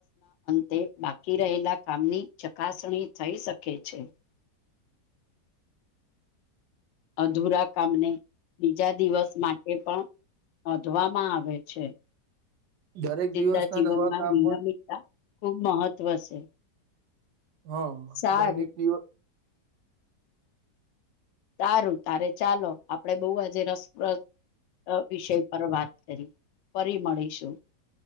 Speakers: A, on the left; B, on the right.
A: તે બાકી રહેલા કામની ચકાસણી થઈ શકે છે અધુરા કામને બીજા દિવસ માટે પણ નોંધવામાં આવે છે
B: દરેક
A: ચિંદા
B: દિવસના
A: જીવનમાં
B: નવા કામ
A: નિયમિતતા
B: હોય
A: ખૂબ મહત્વ છે
B: હા
A: સારું
B: દૈનિક દિવસ
A: સારું તારે ચાલો આપડે બહુ આજે રસપ્રદ વિષય પર વાત કરી ફરી મળીશું.